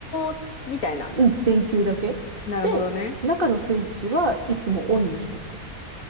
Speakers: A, on the left (about 75°); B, on the right (about 35°).
A: 光みたいな。
B: うん、電球だけ。
A: なるほどね。
B: で、中のスイッチはいつもオンにしとく。